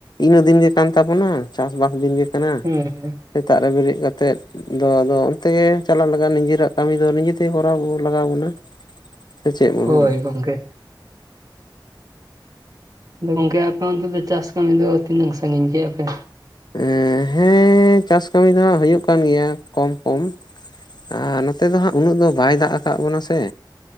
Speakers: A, on the left (about 60°); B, on the right (about 45°).
A: ᱤᱱᱟᱹᱜ ᱫᱤᱱ ᱜᱮ ᱠᱟᱱ ᱛᱟᱵᱚᱱᱟ ᱪᱟᱥᱵᱟᱥ ᱫᱤᱱ ᱜᱮ ᱠᱟᱱᱟ,
B: ᱦᱩᱸ ᱦᱩᱸ
A: ᱥᱮᱛᱟᱜ ᱨᱮ ᱵᱮᱨᱮᱫ ᱠᱟᱛᱮᱫ ᱟᱫᱚ ᱟᱫᱚ ᱚᱱᱛᱮ ᱜᱮ ᱪᱟᱞᱟᱜ ᱫᱚ ᱫᱚ ᱫᱚ ᱟᱫᱚ ᱚᱱᱛᱮ ᱜᱮ ᱪᱟᱞᱟᱣ ᱞᱟᱜᱟᱜ ᱱᱤᱡᱮᱨᱟᱜ ᱠᱟᱹᱢᱤ ᱫᱚ ᱱᱤᱡᱮ ᱛᱮᱜᱮ ᱠᱚᱨᱟᱣ ᱞᱟᱜᱟᱣ ᱵᱚᱱᱟ, ᱥᱮ ᱪᱮᱫ ᱵᱤᱱ
B: ᱦᱳᱭ
A: ᱞᱟᱹᱭᱟ ᱾
B: ᱜᱚᱝᱠᱮ ᱟᱫᱚ ᱜᱚᱝᱠᱮ ᱟᱯᱮ ᱟᱱᱛᱮ ᱫᱚ ᱪᱟᱥ ᱠᱟᱹᱢᱤ ᱫᱚ ᱛᱤᱱᱟᱹᱜ ᱥᱟᱹᱜᱤᱧ ᱜᱮᱭᱟ ᱯᱮ?
A: ᱮᱸ ᱦᱮᱸ ᱪᱟᱥ ᱠᱟᱹᱢᱤ ᱫᱚ ᱦᱟᱸᱜ ᱦᱩᱭᱩᱜ ᱠᱟᱱ ᱜᱮᱭᱟ ᱠᱚᱢ ᱠᱚᱢ, ᱟᱨ ᱱᱚ ᱱᱚᱛᱮ ᱫᱚ ᱦᱟᱸᱜ ᱩᱱᱟᱹᱜ ᱫᱚ ᱵᱟᱭ ᱫᱟᱜ ᱟᱠᱟᱫ ᱵᱚᱱᱟ ᱥᱮ